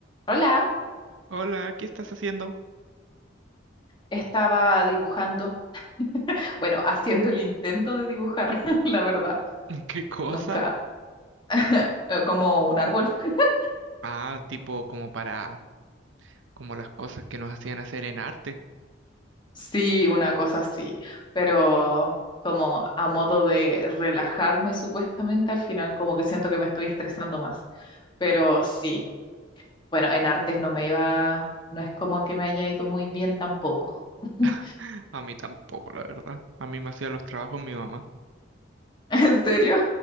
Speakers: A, on the left; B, on the right.
A: Hola,
B: Hola, ¿qué estás haciendo?
A: estaba dibujando, bueno, haciendo el intento de dibujar, <laughs> la verdad,
B: <laughs> ¿Qué cosa?
A: nunca, <laughs> eh, como un árbol, <laughs>
B: Ah, tipo como para, como las cosas que nos hacían hacer en arte.
A: sí, una cosa así, pero como a modo de relajarme supuestamente, al final como que siento que me estoy estresando más, pero sí, bueno, en artes no me iba, no es como que me haya ido muy bien tampoco. <laughs>
B: <laughs> A mí tampoco, la verdad. A mí me hacía los trabajos mi mamá.
A: ¿En serio?